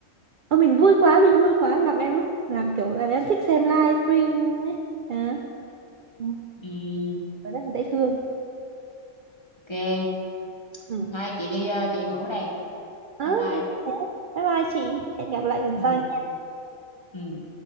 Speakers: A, on the right; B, on the left.
A: Ơ mình vui quá mình vui quá làm em lúc làm kiểu là em thích xem live stream ấy à, Ừ.
B: ừ,
A: rất là dễ thương
B: ok
A: ừ.
B: hai chị đi ờ, chị ngủ đây
A: Ờ,
B: bye bye
A: em cũng thế bye bye chị hẹn gặp lại lần
B: ừ
A: sau
B: ừ